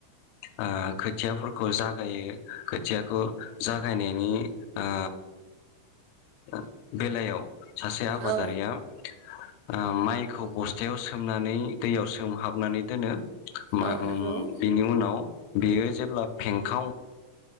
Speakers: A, on the left; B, on the right.
A: ओ खोथियाफोरखौ जागायो खोथियाखौ जागायनायनि ओ ओ बेलायाव सासे आबादारिया
B: औ
A: ओ माइखौ बस्थायाव सोमनानै दैयाव सोमहाबनानै दोनो मा
B: औ नंगौ
A: ओम बिनि उनाव बेयो जेब्ला फेंखाव